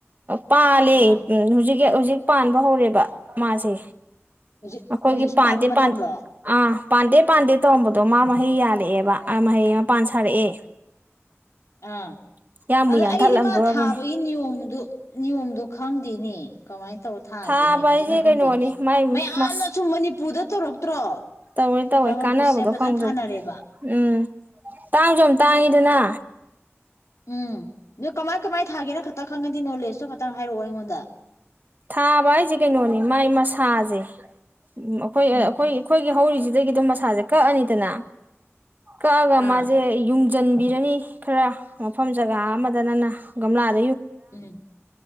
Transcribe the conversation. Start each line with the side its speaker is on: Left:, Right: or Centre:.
Right: ꯄꯥ ꯂꯩꯦ
Left: ꯑꯥ
Right: ꯍꯧꯖꯤꯛ ꯍꯧꯖꯤꯛ ꯄꯥꯟꯕ ꯍꯧꯔꯦꯕ ꯃꯥꯁꯦ
Left: ꯍꯧꯖꯤꯛ
Right: ꯑꯩꯈꯣꯏꯒꯤ
Left: ꯍꯧꯖꯤꯛꯁꯨ
Right: ꯄꯥꯟꯗꯦ
Left: ꯄꯥꯟꯕ ꯃꯇꯝꯂꯣ
Right: ꯑꯥ ꯄꯥꯟꯗꯦ ꯄꯥꯟꯗꯦ ꯇꯧꯔꯝꯕꯗꯣ ꯃꯥ ꯃꯍꯩ ꯌꯥꯅꯤ ꯁꯥꯔꯛꯑꯦꯕ ꯃꯍꯩ ꯃꯄꯥꯟ ꯁꯥꯔꯛꯑꯦ
Left: ꯑꯥ
Right: ꯌꯥꯝꯕꯨ
Left: ꯑꯗ
Right: ꯌꯥꯟꯊꯠꯂꯝꯗꯣꯔꯕꯅꯦ
Left: ꯑꯩꯗꯤ ꯃꯥ ꯊꯥꯕꯒꯤ ꯅꯤꯌꯣꯝꯗꯨ ꯅꯤꯌꯣꯝꯗꯣ ꯈꯪꯗꯦꯅꯦ ꯀꯃꯥꯏꯅ ꯇ ꯇ ꯊꯥꯈꯤꯅꯦ
Right: ꯊꯥꯕ
Left: ꯐꯖꯅ
Right: ꯍꯥꯏꯁꯦ
Left: ꯈꯪꯗꯦꯅꯦ
Right: ꯀꯩꯅꯣꯅꯤ ꯃꯥꯏ
Left: ꯃꯌꯥꯝꯅꯁꯨ
Right: ꯃꯁ
Left: ꯄꯨꯗ ꯇꯧꯔꯛꯇ꯭ꯔꯣ
Right: ꯇꯧꯋꯦ ꯇꯧꯋꯦ
Left: ꯗ꯭ꯔꯥꯒꯟ
Right: ꯀꯥꯟꯅꯕꯗꯣ
Left: ꯐ꯭ꯔꯨꯠꯁꯦ ꯐꯖꯅ
Right: ꯈꯪꯕꯗ
Left: ꯊꯥꯅꯔꯦꯕ
Right: ꯎꯝ ꯇꯥꯡꯁꯨ ꯌꯥꯝ ꯇꯥꯡꯉꯤꯗꯅ
Left: ꯎꯝ ꯅꯗꯣ ꯀꯃꯥꯏ ꯀꯃꯥꯏ ꯊꯥꯒꯦꯅ ꯈꯛꯇ ꯈꯪꯉꯗꯤ ꯅꯣꯂꯦꯖ ꯑꯁꯨ ꯈꯛꯇꯪ ꯍꯥꯏꯔꯛꯑꯣ ꯑꯩꯉꯣꯟꯗ
Right: ꯊꯥꯕ ꯍꯥꯏꯁꯦ ꯀꯩꯅꯣꯅꯤ ꯃꯥꯏ ꯃꯁꯥꯁꯦ ꯎꯝ ꯑꯩꯈꯣꯏ
Left: ꯎꯝ
Right: ꯑꯩꯈꯣꯏ ꯑꯩꯈꯣꯏꯒꯤ ꯍꯧꯔꯤꯁꯤ ꯑꯗꯨꯗꯒꯤ ꯑꯗꯨꯣ ꯃꯁꯥꯁꯦ ꯀꯛꯑꯅꯤꯗꯅ ꯀꯒ
Left: ꯑꯥ
Right: ꯃꯥꯖꯦ ꯌ ꯆꯟꯕꯤꯔꯅꯤ ꯈꯔ ꯃꯐꯝ ꯖꯒꯥ ꯑꯃꯗ ꯅꯪꯅ ꯒꯝꯂꯥ
Left: ꯎꯝ